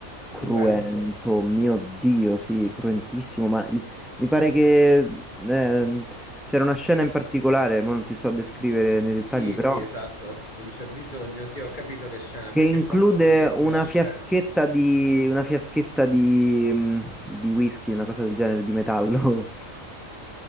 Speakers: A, in the centre; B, on the left.
A: cruento.
B: cruento.
A: Mio Dio, sì, cruentissimo, ma i- mi pare che eh, c'era una scena in particolare, ma non ti so descrivere nei dettagli,
B: Sì,
A: però
B: sì, esatto, non c'è bisogno. Sì, ho capito che scena,
A: che
B: perché
A: include
B: è famoso per
A: una
B: quella scena.
A: fiaschetta di una fiaschetta di, mm, di whisky, una cosa del genere, di metallo. <laughs>